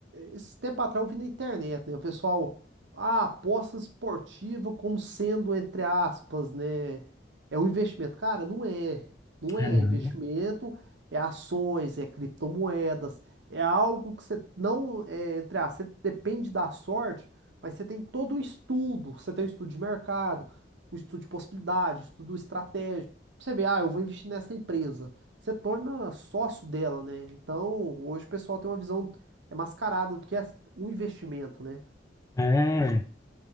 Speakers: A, on the right; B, on the left.
A: esse tempo atrás eu vi na internet, né? O pessoal, ah, aposta esportiva como sendo, entre aspas, né? É um investimento. Cara, não é. Não é
B: É, não.
A: investimento, é ações, é criptomoedas. É algo que você não, é, entre aspas, você depende da sorte, mas você tem todo o estudo. Você tem o estudo de mercado, o estudo de possibilidade, o estudo estratégico. Você vê, ah, eu vou investir nessa empresa. Você torna sócio dela, né? Então, hoje o pessoal tem uma visão é mascarada do que é o investimento, né?
B: É,